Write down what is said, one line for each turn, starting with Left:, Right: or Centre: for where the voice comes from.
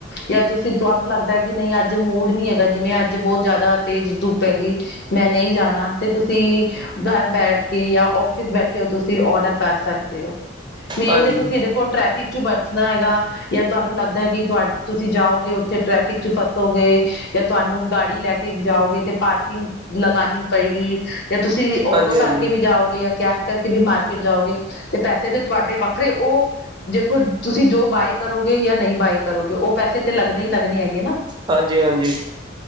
Left: ਜਾਂ ਤੁਸੀਂ ਤੁਹਾਨੂੰ ਲੱਗਦਾ ਕਿ ਨਹੀਂ ਅੱਜ ਮੂਡ ਨੀ ਹੈਗਾ, ਜਿਵੇਂ ਅੱਜ ਬਹੁਤ ਜ਼ਿਆਦਾ ਤੇਜ਼ ਧੁੱਪ ਹੈਗੀ ਮੈਂ ਨਹੀਂ ਜਾਣਾ, ਤੇ ਤੁਸੀਂ ਘਰ ਬੈਠ ਕੇ ਜਾਂ ਆਫਿਸ ਬੈਠੇ ਹੋ ਤੁਸੀਂ ਆਰਡਰ ਕਰ ਸਕਦੇ ਹੋ, ਮੇਨ
Right: ਹਾਂਜੀ
Left: ਤੇ ਤੁਸੀਂ ਦੇਖੋ ਟ੍ਰੈਫਿਕ ਚੋਂ ਬਚਣਾ ਹੈਗਾ ਜਾਂ ਤੁਹਾਨੂੰ ਲੱਗਦਾ ਹੈ ਕਿ ਤੁਹਾ ਤੁਸੀਂ ਜਾਓਗੇ, ਉੱਥੇ ਟ੍ਰੈਫਿਕ 'ਚ ਫਸੋਗੇ ਜਾਂ ਤੁਹਾਨੂੰ ਗਾੜੀ ਲੈ ਕੇ ਜਾਓਗੇ ਤੇ ਪਾਰਕਿੰਗ ਲਗਾਉਣੀ ਪਏਗੀ ਜਾਂ ਤੁਸੀਂ
Right: ਹਾਂਜੀ
Left: ਆਟੋ ਕਰਕੇ
Right: ਹਾਂਜੀ
Left: ਵੀ ਜਾਓਗੇ ਜਾਂ ਕੈਬ ਕਰਕੇ ਵੀ ਮਾਰ ਜਾਓਗੇ, ਤੇ ਪੈਸੇ ਤੇ ਤੁਹਾਡੇ ਵੱਖਰੇ ਉਹ ਦੇਖੋ ਤੁਸੀਂ ਜੋ ਬਾਏ ਕਰੋਗੇ ਜਾਂ ਨਹੀਂ ਬਾਏ ਕਰੋਗੇ ਉਹ ਪੈਸੇ ਤੇ ਲੱਗਣੇ ਹੀ ਲੱਗਣੇ ਹੈਗੇ ਨਾ
Right: ਹਾਂਜੀ- ਹਾਂਜੀ,